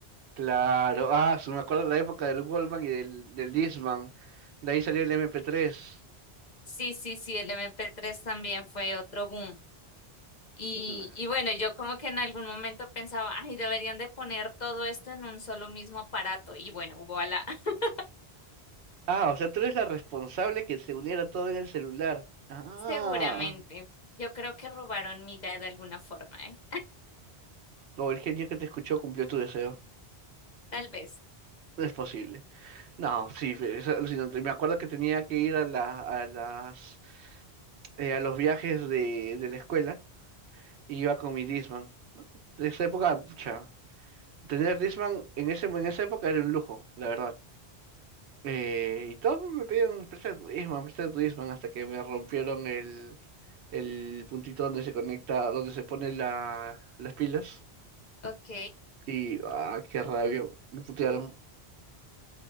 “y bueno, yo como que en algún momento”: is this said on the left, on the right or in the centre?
Left